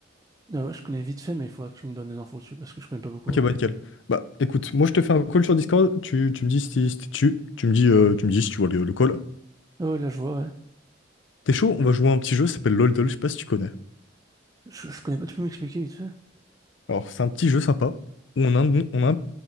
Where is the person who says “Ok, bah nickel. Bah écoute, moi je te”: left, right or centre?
Left